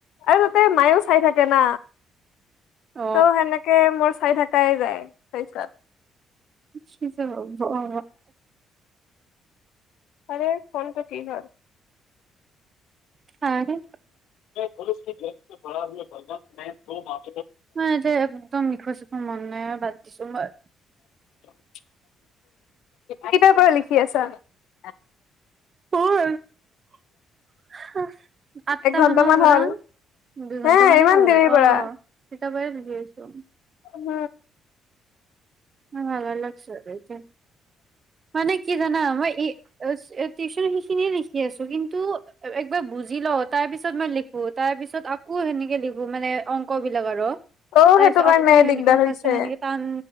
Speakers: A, on the left; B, on the right.
A: আৰু তাতে মায়েও চাই থাকে না।
B: অ
A: মই তেনেকৈ চাই থাকোঁ। <unintelligible>
B: কি যে হ'ব আ
A: আৰে ফোনটো কি হল।
B: <unintelligible>
A: <unintelligible>
B: ন এতিয়া একদম লিখ্ব-চিখ্বৰ মন নাই আ বাদ দিছো মই।
A: <unintelligible> কেতিয়াৰ পৰা লিখি আছা। <unintelligible>
B: <unintelligible> আঠটা
A: এক ঘন্টামান
B: মানৰ পৰা,
A: হ'ল।
B: দুইঘন্টা
A: হে
B: মানে
A: ইমান
B: হ'ল,
A: দেৰিৰ
B: অ।
A: পৰা
B: কেতিয়াবাই লিখি আছো।
A: হুম
B: উম, অলপচে এতিয়া মানে কি জানা মই টিউচন সিখিনিয়ে লিখি আছো কিন্তু বুজি লও তাৰ পিছত মই লিখো তাৰ পিছত আকৌ সেনেকে লিখো মানে অংক বিলাক আৰু।
A: অ
B: তাৰ
A: সেইটো
B: পিছত
A: কাৰণে
B: আক অনেকে
A: দিগদাৰ হৈছে
B: কৈছে এনকে তান